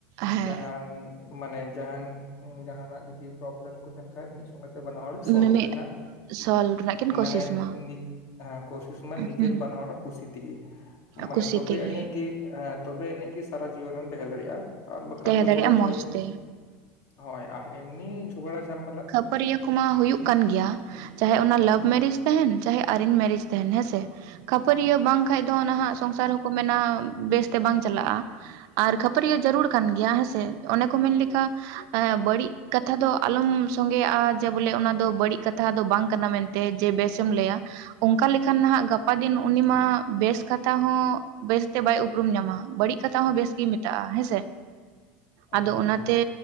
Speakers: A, on the right; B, on the left.
A: ᱦᱮᱸ
B: ᱡᱟᱦᱟᱱ ᱢᱟᱱᱮ ᱡᱟᱦᱟᱱ ᱡᱟᱦᱱᱟᱜ ᱡᱚᱫᱤ ᱯᱨᱚᱵᱞᱮᱢ ᱠᱚ ᱛᱟᱦᱮᱱ ᱠᱷᱟᱱᱡ ᱢᱤᱫ ᱢᱤᱛ ᱛᱮ ᱵᱟᱱᱟ ᱦᱚᱲ ᱥᱚᱞᱯ
A: ᱢᱤᱢᱤᱫ
B: ᱨᱮᱱᱟᱜ
A: ᱥᱚᱞ ᱨᱮᱱᱟᱜ ᱠᱤᱱ ᱠᱳᱥᱤᱥ
B: ᱢᱟᱱᱮ
A: ᱢᱟ
B: ᱦᱮᱸ ᱠᱳᱥᱤᱥ ᱢᱟᱱᱮ ᱱᱤᱡᱮᱨ
A: ᱦᱩᱸ
B: ᱵᱟᱱᱟ ᱦᱚᱲᱟᱜ ᱠᱩᱥᱤ ᱛᱮᱜᱮ ᱢᱟᱱᱮ
A: ᱠᱩᱥᱤ
B: ᱛᱚᱵᱮ
A: ᱛᱮᱜᱮ
B: ᱟᱹᱱᱤᱡ ᱜᱮᱤ ᱦᱮᱸ ᱛᱚᱵᱮ ᱟᱹᱱᱤᱡ ᱜᱮᱤ ᱥᱟᱨᱟ ᱡᱤᱭᱚᱱᱮᱢ ᱛᱟᱦᱮᱸ ᱫᱟᱲᱮᱭᱟᱜᱼᱟ ᱟᱨ ᱵᱟᱠᱷᱟᱱ
A: ᱛᱟᱦᱮᱸ
B: ᱫᱚ
A: ᱫᱟᱲᱮᱭᱟᱜᱼᱟ
B: ᱛᱷᱚᱲᱟ ᱫᱚ
A: ᱢᱚᱸᱡᱽ ᱛᱮ
B: ᱦᱳᱭ ᱟᱨ ᱮᱢᱱᱤ ᱡᱷᱚᱜᱽᱲᱟ ᱡᱷᱟᱢᱮᱞᱟ
A: ᱠᱷᱩᱯᱟᱹᱨᱤᱭᱟᱹ ᱠᱚᱢᱟ ᱦᱩᱭᱩᱜ ᱠᱟᱱ ᱜᱮᱭᱟ ᱡᱟᱦᱟᱸᱭ ᱚᱱᱟ
B: ᱦᱳᱭ
A: ᱞᱟᱵᱷ
B: ᱦᱳᱭ
A: ᱢᱮᱨᱤᱡ ᱛᱟᱦᱮᱱ ᱪᱟᱦᱮ ᱟᱨᱮᱧᱡ ᱢᱮᱨᱮᱡᱽ ᱛᱟᱦᱮᱱ ᱦᱮᱸᱥᱮ ᱠᱷᱟᱯᱟᱹᱨᱤᱭᱟᱹ ᱵᱟᱝ ᱵᱟ ᱠᱷᱟᱱ ᱫᱚ ᱱᱟᱦᱟᱜ ᱥᱚᱝᱥᱟᱨ ᱦᱚᱸᱠᱚ ᱢᱮᱱᱟ ᱵᱮᱥᱛᱮ ᱵᱟᱝ ᱪᱟᱞᱟᱜᱼᱟ ᱟᱨ ᱠᱷᱟᱹᱯᱟᱹᱨᱤᱭᱟᱹ ᱡᱟᱹᱨᱩᱲ ᱠᱟᱱᱟ ᱠᱟᱱ ᱜᱮᱭᱟ ᱦᱮᱸᱥᱮ ᱚᱱᱮ ᱠᱚ ᱢᱮᱱ ᱞᱮᱠᱟ ᱵᱟᱹᱲᱤᱡ ᱠᱟᱛᱷᱟ ᱫᱚ ᱟᱞᱚᱢ ᱥᱚᱝᱜᱮᱮᱜᱼᱟ ᱡᱮ ᱵᱚᱞᱮ ᱚᱱᱟ ᱫᱚ ᱵᱟᱹᱲᱤᱡ ᱠᱟᱛᱷᱟ ᱫᱚ ᱵᱟᱝ ᱠᱟᱱᱟ ᱢᱮᱱᱛᱮ ᱛᱮ ᱡᱮ ᱵᱮᱥᱮᱢ ᱞᱟᱹᱭᱟ ᱚᱱᱠᱟ ᱞᱮᱠᱷᱟᱱ ᱱᱟᱦᱟᱜ ᱜᱟᱯᱟ ᱫᱤᱱ ᱩᱱᱤ ᱢᱟ ᱵᱮᱥ ᱠᱟᱛᱷᱟ ᱦᱚᱸ ᱵᱮᱥᱛᱮ ᱵᱟᱭ ᱩᱯᱨᱩᱢ ᱧᱟᱢᱟ ᱵᱟᱹᱲᱤᱡ ᱠᱟᱛᱷᱟ ᱦᱚᱸ ᱵᱮᱥ ᱜᱮ ᱢᱮᱛᱟᱜᱼᱟ ᱦᱮᱸᱥᱮ
B: ᱦᱳᱭ
A: ᱟᱫᱚ
B: ᱦᱳᱭ
A: ᱚᱱᱟᱛᱮ